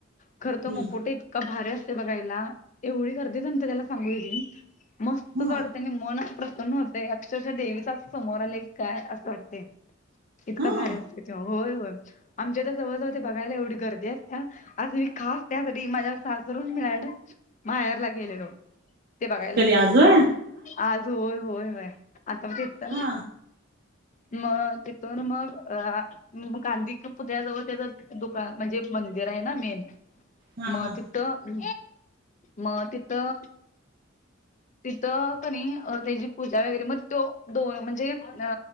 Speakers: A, on the left; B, on the right.
A: खर तर,
B: हम्म
A: मुखवटा इतकां भारी असते बघायला. एवढी गर्दी जमते त्याला सांगू देे. मस्तच
B: ह
A: वाटतय त्यांनी मनच प्रसन्न होत. अक्षरशा देवीचा अस समोर आलं की काय असं वाटतय. इतका
B: हा
A: भारी असतो. ते होय होय, आमच्या तर जवळज होते. बघायला एवढी गर्दी असत्या, आ मी खास त्यासाठी माझ्यावर सासरून मिळाला माहेरला गेलेलो, ते बघायला.
B: कधी आज होय
A: आज होय होय होय, आता मग तिथं
B: हा
A: मग तिथून मग अ मग, गांधी पुतळ्याजवळ त्याचं दुकान म्हणजे मंदिर आहे. ना मेन
B: हा
A: मग
B: हा
A: त तर मग तिथं तिथं कनी त्याची पूजा वगैरे मग तो दोन म्हणजे अ